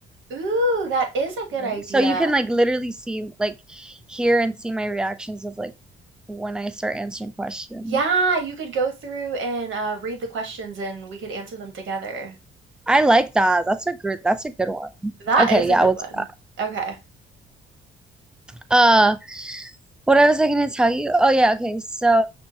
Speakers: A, on the right; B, in the centre.
A: Ooh, that is a good
B: right?
A: idea.
B: So you can like literally see like hear and see my reactions of like when I start answering questions.
A: Yeah, you could go through and uh, read the questions and we could answer them together.
B: I like that. That's a good that's a good one.
A: That
B: Okay,
A: is
B: yeah,
A: a good
B: we'll
A: one.
B: do that.
A: Okay.
B: Uh What I was I gonna tell you? Oh yeah, okay. So